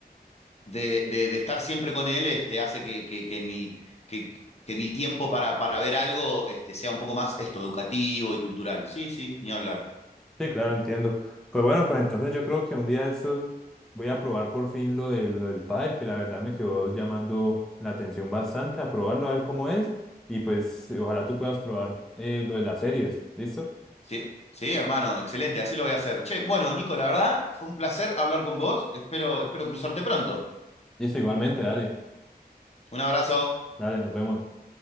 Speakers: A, on the left; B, in the centre.
A: de, de- de estar siempre con él, este, hace que, que, que mi, que, que mi tiempo para, para ver algo, este, sea un poco más esto, educativo y cultural. Sí, sí, ni hablar.
B: Sí, claro, entiendo. Pues bueno, pues entonces yo creo que un día de estos voy a probar por fin lo del, lo del pádel, que la verdad me quedó llamando la atención bastante, a probarlo, a ver cómo es, y pues ojalá tú puedas probar eh, lo de las series, ¿listo?
A: Sí, sí, hermano, excelente, así lo voy a hacer. Che, bueno, Nico, la verdad, fue un placer hablar con vos. Espero, espero cruzarte pronto.
B: Listo, igualmente, dale,
A: Un abrazo.
B: dale, nos vemos.